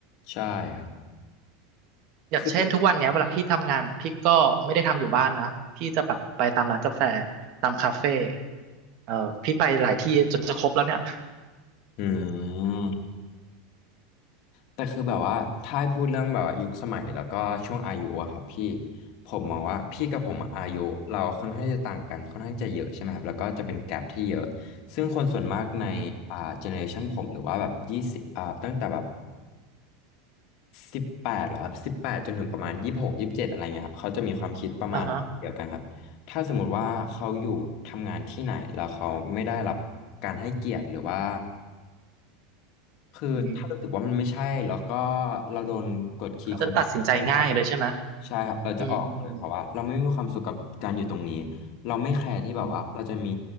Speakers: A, on the left; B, on the right.
A: ใช่ครับ
B: อย่างเช่นทุกวันเนี้ยเวลาพี่ทำงานพี่ก็ไม่ได้ทำอยู่บ้านนะพี่จะแบบไปตามร้านกาแฟ
A: คือ
B: ตามคาเฟ่เอ่อพี่ไปหลายที่จนจะครบแล้วเนี่ย
A: อืม แต่คือแบบว่าถ้าให้พูดเรื่องแบบว่ายุคสมัยแล้วก็ช่วงอายุอะครับพี่ผมมองว่าพี่กับผมอะอายุเราค่อนข้างจะต่างกันค่อนข้างจะเยอะใช่ไหมครับแล้วก็จะเป็นแกปที่เยอะซึ่งคนส่วนมากในอ่าเจเนอเรชันผมหรือว่าแบบยี่สิบอ่าตั้งแต่แบบ
B: อือฮึ
A: สิบแปดหรอครับสิบแปดจนถึงประมาณยี่สิบหกยี่สิบเจ็ดอะไรเงี้ยครับเขาจะมีความคิดประมาณแบบเดียวกันครับถ้าสมมุติว่าเขาอยู่ทำงานที่ไหนแล้วเขาไม่ได้รับการให้เกียรติหรือว่า
B: อ่าฮะ
A: คือถ้ารู้สึกว่ามันไม่ใช่แล้วก็
B: อือฮึ
A: เราโดนกดขี่ข่มเกินไปอะ
B: เขาจะตัดสินใจง่ายเลยใช่ไหม
A: ใช่ครับเราจะออกเลยเพราะว่าเราไม่มีความสุขกับการอยู่ตรงนี้
B: อืมอืมอืม
A: เราไม่แคร์ที่แบบว่าเราจะมี
B: อม